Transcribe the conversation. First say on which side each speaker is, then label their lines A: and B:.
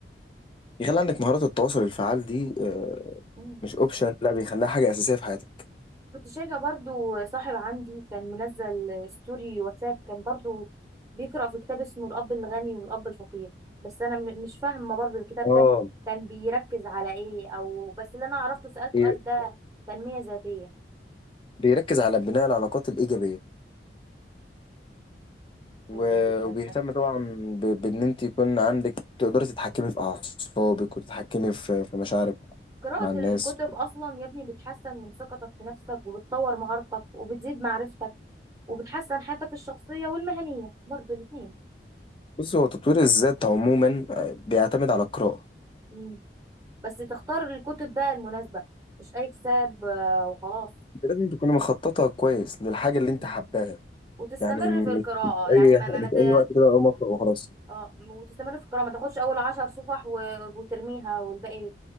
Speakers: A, on the left (about 30°); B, on the right (about 20°).
A: يخلي عندك مهارات التواصل الفعال دي آه،
B: مم.
A: مش اوبشن لا بيخليها حاجة أساسية في حياتك
B: كنت شايفة برضو صاحب عندي كان منزل ستوري واتساب كان برضو بيقرأ في كتاب اسمه الأب الغني والأب الفقير بس أنا م- مش فاهمة برضو الكتاب
A: اه
B: ده كان بيركز على ايه أو بس اللي أنا عرفته سألته
A: بي-
B: قال ده تنمية ذاتية
A: بيركز على بناء العلاقات الإيجابية و-
B: حلو جدا
A: وبيهتم
B: ده
A: طبعا ب- بان انت يكون عندك تقدري تتحكمي في اعصابك وتتحكمي في في مشاعرك
B: قراءة
A: مع الناس
B: الكتب أصلا يا ابني بتحسن من ثقتك في نفسك وبتطور مهارتك وبتزيد معرفتك وبتحسن حياتك الشخصية والمهنية برضو الاتنين
A: بص هو تطوير الذات عموما آه، بيعتمد على القراءة
B: مم. بس تختار الكتب بقى المناسبة مش أي كتاب آه، وخلاص
A: انت لازم تكوني مخططة كويس للحاجة اللي انت
B: مم.
A: حباها
B: وتستمر
A: يعني مش
B: في القراءة
A: مش
B: يعني
A: اي
B: ما
A: ح-
B: ما ما
A: مش
B: ت-
A: اي وقت كده اقوم اقرا وخلاص
B: اه وتستمر في القراءة ما تاخدش أول عشر صفح و- وترميها والباقي